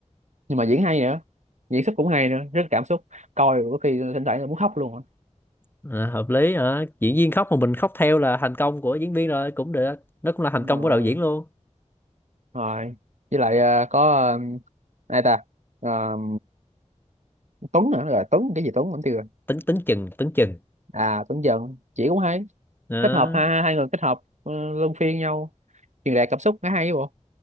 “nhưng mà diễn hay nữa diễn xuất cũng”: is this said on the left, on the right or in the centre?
Right